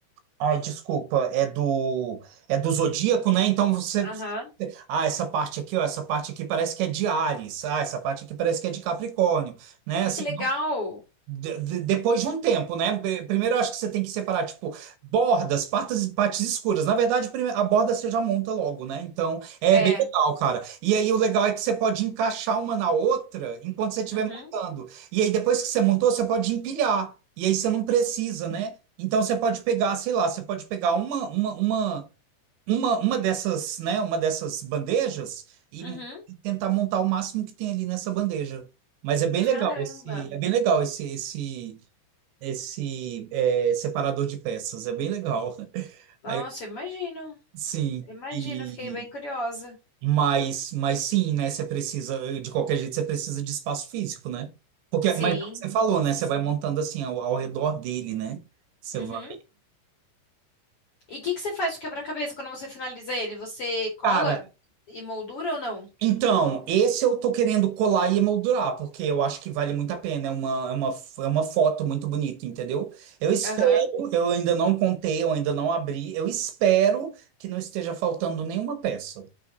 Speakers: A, on the right; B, on the left.
A: Ai, desculpa, é do é do Zodíaco, né? Então você,
B: aham.
A: ah, essa parte aqui, ó, essa parte aqui parece que é de Áries, ah, essa parte aqui parece que é de Capricórnio, né?
B: Ai,
A: Assim,
B: que legal.
A: de- de- depois de um tempo, né? Be- Primeiro eu acho que você tem que separar, tipo, bordas, partes, partes escuras. Na verdade, prime- a borda você já monta logo, né? Então é
B: É.
A: bem legal, cara. E aí o legal é que você pode encaixar uma na outra enquanto você estiver
B: Uhum,
A: montando. E aí depois que você montou, você pode empilhar. E aí você não precisa, né? Então você pode pegar, sei lá, você pode pegar uma, uma, uma uma, uma dessas, né, uma dessas bandejas e,
B: uhum.
A: e tentar montar o máximo que tem ali nessa bandeja. Mas é bem
B: Caramba.
A: legal esse, é bem legal esse, esse, esse é, separador de peças, é bem legal. <laughs>
B: Nossa,
A: Aí,
B: imagino.
A: sim,
B: Imagino,
A: e
B: fiquei bem curiosa.
A: mas, mas sim, né, você precisa, de qualquer jeito você precisa de espaço físico, né? Porque,
B: Sim,
A: mas é o que você falou,
B: sim.
A: né, você vai montando assim ao, ao redor dele, né? Você
B: Uhum.
A: vai.
B: E o que que você faz com o quebra-cabeça quando você finaliza ele? Você cola
A: Cara,
B: e moldura ou não?
A: Então, esse eu tô querendo colar e emoldurar, porque eu acho que vale muito a pena. É uma, é uma, é uma foto muito bonita, entendeu? Eu espero,
B: Aham.
A: eu ainda não contei, eu ainda não abri. Eu espero que não esteja faltando nenhuma peça.